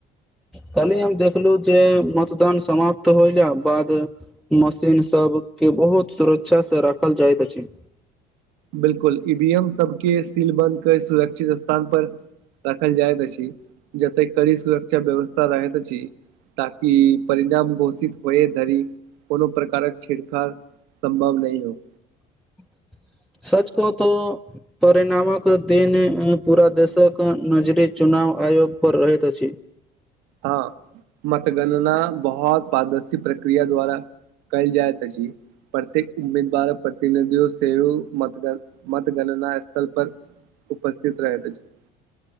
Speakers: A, in the centre; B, on the right (about 80°).
A: कहली हम देखलहु जे मतदान समाप्त होयलाक बाद मशीनसभके बहुत सुरक्षासँ राखल जाइत अछि
B: बिलकुल ईवी एम सबके सीलबन्द क सुरक्षित स्थान पर रखल जाइत छी जते कड़ी सुरक्षा व्यवस्था रहैती ताकि परिणाम घोषित हो धरी कोनो प्रकारक छिड़खड़ सम्भव नहि हो
A: <inaudible> को तो परिणामक दिन पूरा देशक नजरी चुनाव आयोग प्रपयोगपर रहैत अछि
B: हँ मतगणना बहुत पदर्शी प्रक्रिया द्वारा कल जाय त छीी प्रत्येक उम्मीदवार प्रतिनिधियो सेहो मत मतगणना स्थल पर उपस्थित रहै त छी